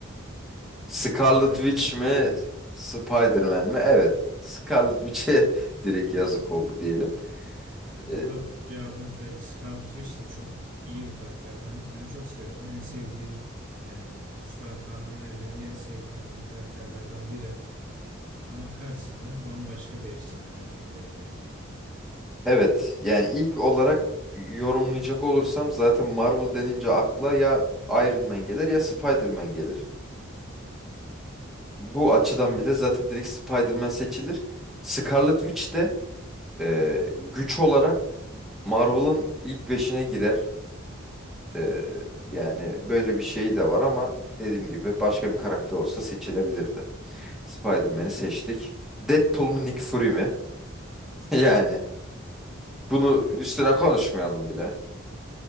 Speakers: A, in the centre; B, on the right (about 65°).
A: Scarlet
B: Yani yazık
A: Witch
B: oldu
A: mi,
B: diyelim yani.
A: Spider-Man mi? Evet. Scarlet Witch'e <laughs> direkt yazık oldu diyelim.
B: Yani
A: Ee,
B: burada cevabımız belli. Scarlet Witch de çok iyi bir karakter. Ben ben çok severim. En sevdiğim yani süper kahraman evreninde en sevdiğim kadın karakterlerden biri. Ama karşısına bambaşka bir efsane karakter geldi yani.
A: Evet yani ilk olarak yorumlayacak olursam zaten Marvel denince akla ya Iron Man gelir ya Spider-Man gelir.
B: Evet.
A: Bu açıdan bile zaten direkt Spider-Man seçilir. Scarlet Witch de e, güç olarak Marvel'ın ilk beşine girer. E, yani böyle bir şey de var ama dediğim gibi başka bir karakter olsa seçilebilirdi. Spider-Man'i
B: Doğru.
A: seçtik. Deadpool mu Nick Fury mi? <laughs> Yani bunu
B: Yani evet.
A: üstüne konuşmayalım bile.